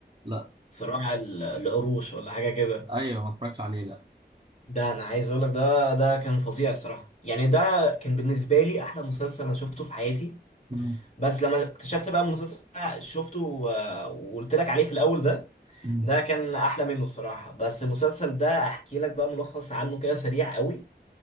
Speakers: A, on the right; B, on the left.
A: لا
B: صراع ال- العروش ولا حاجه كده
A: ايوه ما اتفرجتش عليه لا
B: ده انا عايز اقول لك ده ده كان فظيع الصراحه يعني ده كان بالنسبه لي احلى مسلسل انا شفته في حياتي
A: مم.
B: بس لما اكتشفت بقى المسلسل اللي أنا شفته و- وقلت لك عليه في الاول ده
A: مم.
B: ده كان احلى منه الصراحه بس المسلسل ده احكي لك بقى ملخص عنه كده سريع قوي